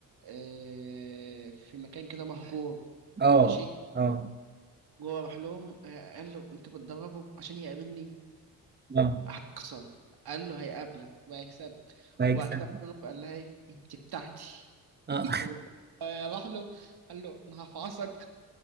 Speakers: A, on the right; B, on the right.
A: آه في مكان كده مهجور
B: اه
A: ماشي
B: اه
A: جوه راح لهم آه قال له انت بتدربه عشان يقابلني
B: اه
A: هتخسر قال له هيقابلك وهيكسبك
B: لايك
A: وبعد
B: سنة
A: كده قال لها ايه انت بتاعتي
B: اه
A: <laughs> وراح له قال له انا هفعصك